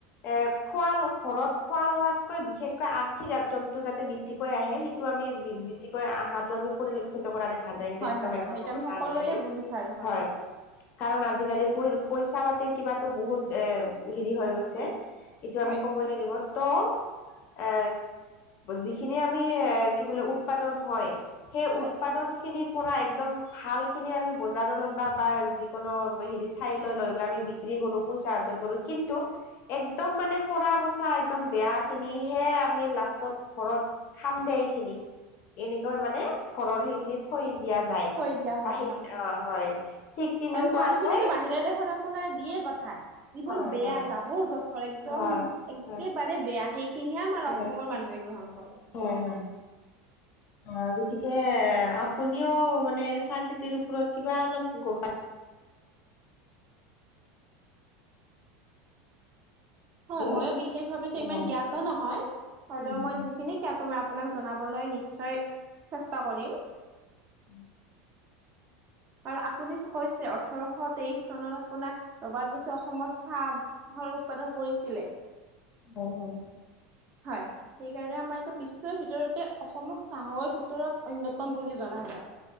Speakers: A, on the left; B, on the right.
A: এ, খোৱা ল ঘৰত খোৱা-লোৱাতকৈ বিশেষকৈ আৰ্থিক আৰ্জনটো যাতে বেছিকৈ আহে, সেইটো আমি বেছিকৈ আহাটো আমি পৰিলক্ষিত কৰা দেখা যায়, এইটো
B: হয়
A: একদম
B: হয় হয়
A: এক
B: হয় সেইটো
A: নম্বৰ
B: আমি
A: কথা
B: সকলোৱে
A: আজিকালি।
B: বিচাৰো
A: হয়। কাৰণ আজিকালি পই পইচা পাতিৰ কিবাতো বহুত এ হেৰি হৈ গৈছে। এইটো
B: হয়
A: আমি ক'বই লাগিব। ত' এ, যিখিনি আমি এ কি বোলে উৎপাদন হয়, সেই
B: হয়
A: উৎপাদন খিনিৰ পৰা একদম ভালখিনি আমি বজাৰলৈ বা-বা যিকোনো হেৰি ঠাইলৈ লৈ গৈ আমি বি ক্ৰী কৰোঁ পইচা অৰ্জন কৰোঁ। কিন্তু একদম মানে সৰা পচা একদম বেয়াখিনি হে আমি লাষ্টত ঘৰত খামদে এইখিনি, এনেকৈ মানে ঘৰৰ সেইখিনিত থৈ দিয়া যায়
B: থৈ দিয়া হয়
A: বা সেইখিনি
B: হয়
A: অহ' হয়। ঠিক তেনেকুৱাকৈ
B: কাৰণ ভাল খিনিতো বাহিৰা দেশত আপোনাৰ দিয়ে পঠায়। যিবোৰ
A: হয়
B: বেয়া
A: হয়
B: জাৱৰ-জথৰ একদম
A: হয়
B: একেবাৰে
A: হয়
B: বেয়া সেইখিনিয়ে আমাৰ
A: হয়
B: অ সমৰ মানুহে গ্ৰহণ কৰে।
A: হয় হয়।
B: <unintelligible>
A: অঁ' গতিকে আপুনিও মানে চাহখেতিৰ ওপৰত কিবা অলপ গম পাই
B: হয়,
A: হেল্ল'
B: মইয়ো বিশেষ ভাৱে
A: অ
B: ইমানটো
A: হয় হয়
B: জ্ঞাত নহয়, হ'লেও
A: উম
B: মই যিখিনি জ্ঞাত মই আপোনাক জনাবলৈ নিশ্চয় চেষ্টা কৰিম।
A: <unintelligible>
B: আৰু আপুনিটো কৈছে, ওঠৰশ তেইশ চনত আপোনাৰ ৰবাৰ্ট বুচে অসমত চাহ ৰ উৎপাদন কৰিছিলে।
A: অঁ' হয়।
B: হয়। সেইকাৰণে আমাৰ এতিয়া বিশ্বৰ ভিতৰতে অসমক চাহৰ ভিতৰত অন্যতম বুলি জনা যায়।